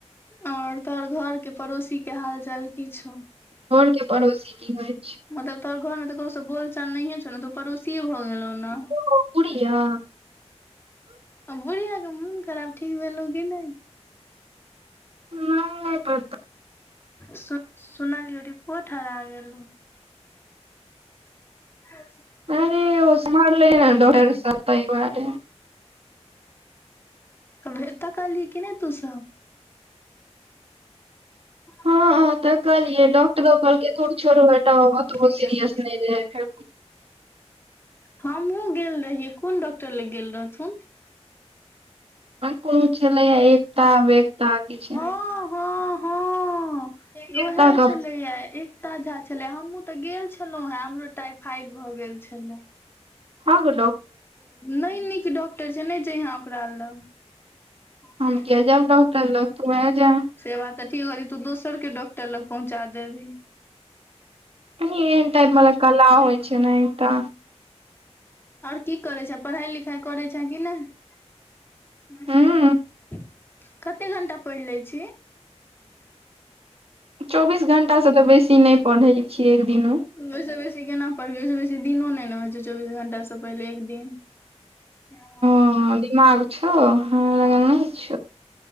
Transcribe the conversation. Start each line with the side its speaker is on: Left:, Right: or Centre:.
Left: और तोहर घर के पड़ोसी के हालचाल किछु?
Right: घरके पड़ोसी <unintelligible> की होइत छै
Left: मतलब तोहर घर मे तकरो सब बोलचाल नहिे छौ ने तो पड़ोसीे भऽ गेलौ ने।
Right: ओ बुढ़िया।
Left: आ बुढ़िया के मोन खराब ठीक भेलो की नहि।
Right: नहि बता
Left: सु सुनलियए रिपोर्ट हरा गेलै। हँ
Right: करे ओस मले ने डाक्टर सत बार परिवारे
Left: भे त कह ली किी नहि तूस र
Right: हँ तऽ कहलियै डॉक्टरो कहलकै दूर
Left: छ
Right: छोड़ू
Left: ल
Right: हटाउ आब ओतबो
Left: <unintelligible> सीरस
Right: सीरियस
Left: नहि
Right: रहै फेर
Left: हमहुँ गेल रहियै कोन डॉक्टर लग गेल रहथुन?
Right: कोनो छलैया एकता बेता किछ।
Left: हँ हँ हँ
Right: एकता
Left: उएह
Right: के
Left: छलैये एक त झा छलै हमहुूँ तऽ गेल छलहुँ हेँ हमरो टाइफाइड भऽ गेल छलै।
Right: आगल
Left: नहि नीक डॉक्टर छै नहि छै यहाँ ओकरा ल <unintelligible>
Right: हम किया जायब डॉक्टर लग तू आ जा
Left: सेवा तऽ ठीक हो तऽ दोसरके डॉक्टर लग पहुँचा देबही।
Right: एहन टाइप वालला कला होइ छै ने एकटा।
Left: आओर की करै छ पढ़ाइ लिखाई करै छ किी नहि।
Right: हूँ
Left: <unintelligible> कते घंटा पढ़ि लै छी?
Right: चौबीस घण्टासँ तऽ बेसी नहि पढ़ै छियै एकदिनू।
Left: ओहिसँ बेसी केना पढ़बै ओहिस बेसी दिनो नहि ने होइ छै चौबीस घंटासँ पहिले एक दिन ह
Right: ह दिमाग छ ह ल इ छ